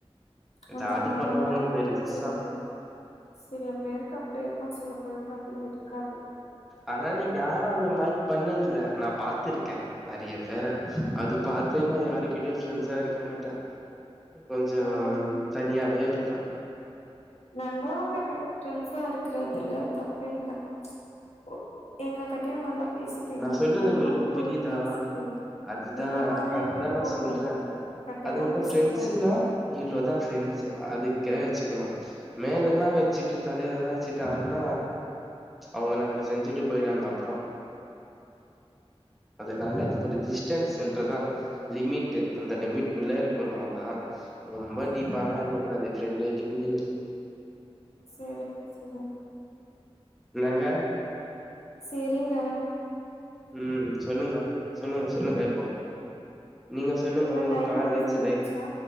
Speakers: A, in the centre; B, on the left.
A: எதாவது
B: அந்த மாரில்லா
A: பண்ணுவாங்க
B: இல்லிங்க
A: பெருசா
B: சில பேர் சில பேருக்கு அப்டி இருக்கு சில பேரு அப்டி இருக்காது
A: ஆனா எனக்கு யாரு அந்த மாரி பண்ணதில்ல நா பாத்துருக்க நெறைய வேற அது
B: ம்
A: பாத்தேன்னா யாருக்கி ப்ரெண்ட்ஸா இருக்க மாட்ட கொஞ்சோ
B: ம்
A: தனியாவே ப்ப
B: நல்லவங்க கட்ட ப்ரண்ட்ஸா இருக்கறதுல தப்பே இல்ல ஓ எங்க கட்டயு நல்லா பேசிட்டு எங்க
A: நா சொல்றது
B: பின்னாடியு
A: உங்களுக்கு
B: போய்
A: புரியுதா
B: பேசிட்டு
A: அதுதா
B: இந்த மாரி
A: அத்தா
B: இருக்கவங்க
A: நா சொல்ற
B: கிட்டதா
A: அததுதான்
B: பேசக்கூடாது
A: ப்ரெண்ட்ஸ்சுனா இவ்ளோதா ஃப்ரண்ட்ஸ்சு அது கேரச்சு க்கணு மேலல்லா வெச் வெச்சிட்டு தல லெல்லா வெச்சுட்டு ஆட்னா அவங்க நம்மள செஞ்சுட்டு போயிறாங்க அப்றோ அதனால ஒரு டிஸ்டன்ஸ் சொல்றதா லிமிட்டு அந்த லிமிட்குள்ள இருக்கணு அவ்ளோதா ரொம்ப
B: சேரிங்க
A: டீப்பாலா இருக்க
B: சேரிங்க
A: கூடாது ப்ரெண்டு கிண்டுனு
B: சேரிங்க சேரிங்க
A: இன்னங்க
B: செரிங்க
A: உம் சொல்லுங்க சொல்லுங்க சொல்லுங்க
B: ம்
A: இப்போ நீங்க சொல்லுங்க
B: என்ன
A: உங்க
B: டைம்
A: காலேஜ்
B: முடிஞ்சிருச்சா
A: லைஃப்